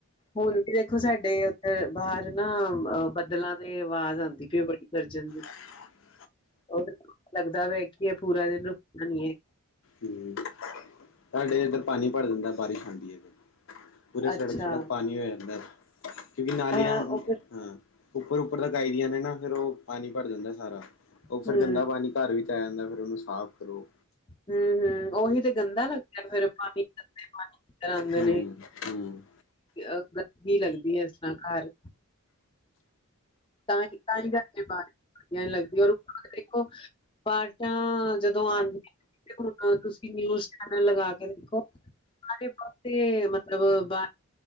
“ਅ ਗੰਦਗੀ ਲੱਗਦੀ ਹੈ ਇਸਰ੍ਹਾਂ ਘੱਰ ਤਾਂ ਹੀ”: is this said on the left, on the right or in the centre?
Left